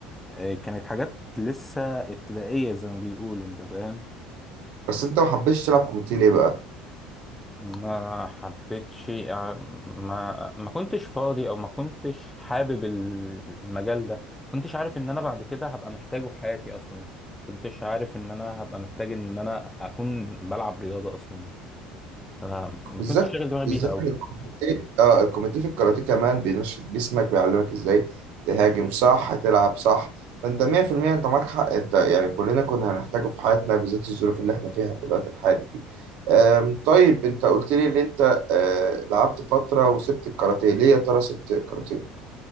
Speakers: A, in the centre; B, on the right (about 60°).
A: آه، كانت حاجات لسه ابتدائية زي ما بيقولوا انت فاهم
B: بس أنت ما حبيتش تلعب كوميتي ليه بقى؟
A: ما حبيتش آه، ما ما كنتش فاضي او ما كنتش حابب ال- المجال ده ما كنتش عارف ان انا بعد كده هبقى محتاجه في حياتي اصلا ما كنتش عارف ان انا هبقى محتاج ان انا اكون بلعب رياضة اصلا فما
B: بالذات
A: كنتش شاغل دماغي
B: بالذات
A: بيها قوي
B: ان الكوميتيه اه الكوميتيه في الكاراتيه كمان بينشط جسمك بيعلمك ازاي تهاجم صح تلعب صح فانت 100% انت معاك حق انت يعني كلنا كنا هنحتاجه في حياتنا بالذات الظروف اللي احنا فيها في الوقت الحالي دي آم، طيب انت قلت لي ان انت آه، لعبت فتره وسبت الكاراتيه ليه يا ترى سبت الكاراتيه؟